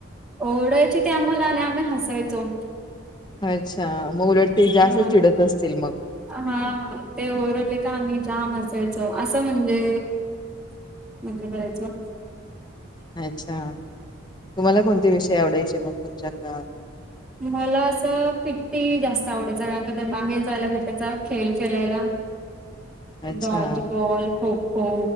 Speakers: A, in the centre; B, on the left.
A: ओढायचे ते आम्हाला आणि आम्ही हसायचो.
B: अच्छा मग उलट ते जास्त
A: हा
B: चिडत असतील मग.
A: हा ते ओरडले का आम्ही जाम असायचो असं म्हणजे मजा करायचो.
B: अच्छा तुम्हाला कोणते विषय आवडायचे मग तुमच्यात
A: मला असं पिट्टी जास्त आवडायच कारण क ते बाहेर जायला भेटायचा खेळ खेळायला.
B: अच्छा
A: डॉज बॉल खो खो